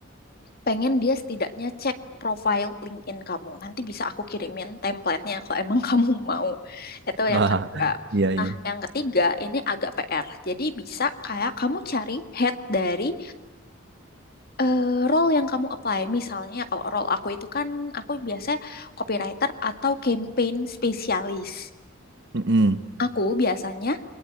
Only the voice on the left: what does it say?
pengen dia setidaknya cek profile LinkedIn kamu. Nanti bisa aku kirimin template-nya kalau emang <laughs> kamu mau. Itu
yang kedua.
Nah,
yang ketiga ini agak PR. Jadi bisa kayak kamu cari head dari eh, role yang kamu apply. Misalnya kalau role aku itu kan aku biasanya copywriter atau campaign spesialis.
Aku biasanya